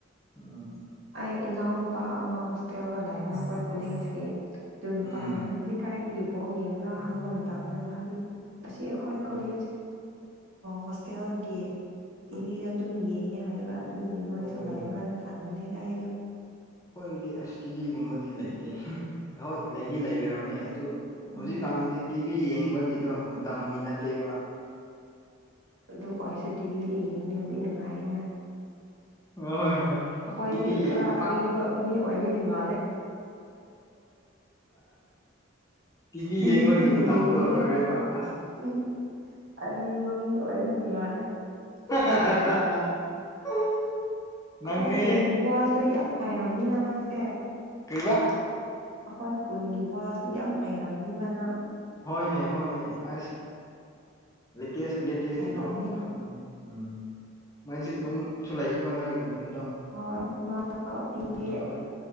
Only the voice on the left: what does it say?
ꯎꯝ
ꯎꯝ
ꯎꯝ
ꯑꯣ
ꯑꯩꯈꯣꯏꯗꯤ ꯑꯁ ꯇꯤꯚꯤꯒꯨꯝꯕꯗꯤ ꯂꯩꯇꯦ <unintelligible> ꯂꯩꯗꯤ ꯂꯩꯔꯝꯃꯦ ꯑꯗꯨ
ꯍꯧꯖꯤꯛꯀꯥꯟꯒꯤꯗꯤ ꯇꯤꯚꯤ ꯌꯦꯡꯕꯒꯤꯗꯣ ꯃꯇꯝꯒꯤ ꯅꯠꯇꯦꯕ
ꯍꯣꯏ ꯍꯣꯏ
ꯇꯤꯚꯤ
ꯌꯦꯡ ꯄꯥꯛ
ꯇꯤꯚꯤ
ꯌꯦꯡꯕꯒꯤ
ꯃꯇꯝꯗꯣ ꯂꯣꯏꯔꯦꯕ ꯑꯁ
<unintelligible> ꯅꯪꯅꯦ
ꯀꯩꯕꯥ
ꯍꯣꯏꯅꯦ ꯍꯣꯏꯅꯦ ꯑꯁ ꯂꯦꯇꯦꯁ ꯂꯦꯇꯦꯁꯀꯤ
ꯐꯥꯎ ꯈꯪꯕꯅꯦ ꯎꯝ ꯃꯥꯏꯖꯤꯠ ꯂꯣꯝ ꯁꯨ ꯂꯩꯀꯣ ꯅꯣꯏꯒꯤ ꯈꯨꯟꯗꯣ
ꯎꯝ
ꯑꯩꯈꯣꯏ